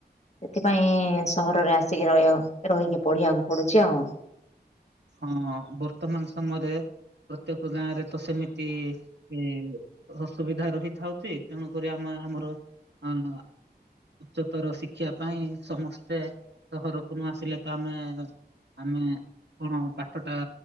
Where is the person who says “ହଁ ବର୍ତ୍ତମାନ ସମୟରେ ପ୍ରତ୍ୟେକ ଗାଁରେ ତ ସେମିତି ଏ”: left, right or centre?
Right